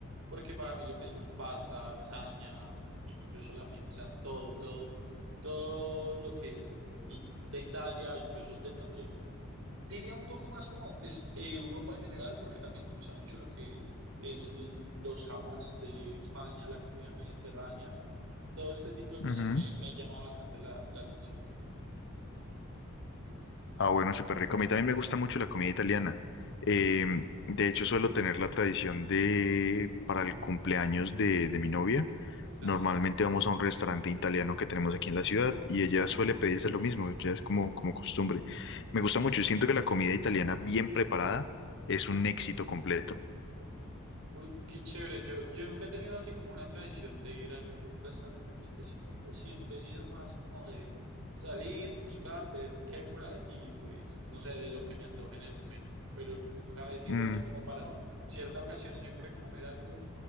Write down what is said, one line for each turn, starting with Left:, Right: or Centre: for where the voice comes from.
Right: porque para mí lo que son pasta, lasaña, incluso la pizza, todo, todo, todo lo que es i- de Italia, incluso de pronto, diría un poco más como es eh, Europa en general, porque también me gusta mucho lo que es l- los jamones de España, la comida mediterránea, todo este tipo de cosas
Left: Ujú.
Right: me, me llama bastante la, la atención.
Left: Ah, bueno, súper rico. A mí también me gusta mucho la comida italiana. Eh, de hecho, suelo tener la tradición de, para el cumpleaños de, de mi novia,
Right: Ajá.
Left: Normalmente vamos a un restaurante italiano que tenemos aquí en la ciudad y ella suele pedirse lo mismo, ya es como, como costumbre. Me gusta mucho, siento que la comida italiana bien preparada es un éxito completo.
Right: Uy, qué chévere. Yo, yo nunca he tenido así como una tradición de ir a algún restaurante en específico. Siempre he sido más como de salir, buscar, ver qué hay por ahí y pues, no sé, de lo que me antoje en el momento. Pero nunca he sido
Left: Mm,
Right: así como para cierta ocasión siempre comer algo.